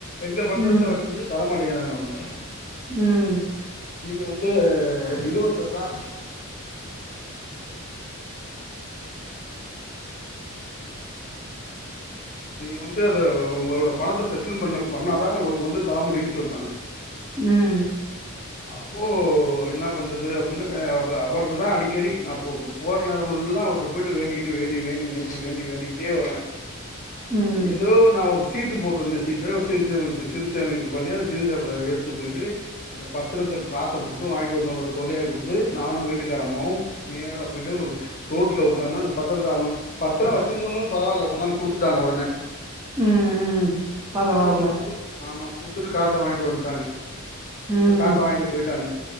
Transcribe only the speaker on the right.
ம்,
ம்
ம்
ம்,
ம், ம். பரவால்ல.
ம்,